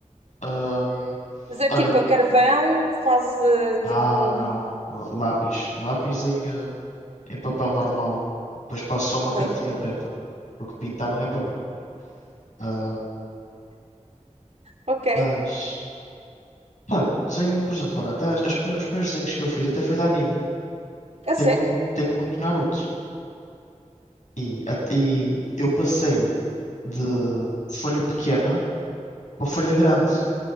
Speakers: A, on the left; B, on the right.
A: Ahm,
B: Mas é
A: olha,
B: tipo a carvão, faz eh,
A: ah,
B: tipo.
A: não, ah, lápis. Lápis em, ah, em papel normal. Depois passo só
B: Ok,
A: uma cantinha preta. Porque pintar não é para mim. Ahm,
B: ok.
A: mas, pá, desenho, por exemplo, olha, até as- as prime- os primeiros desenhos que eu fiz até foi de anime.
B: A
A: Tenho
B: sério.
A: muito, tenho muito Naruto. E, at- e eu passei de folha pequena para folha grande.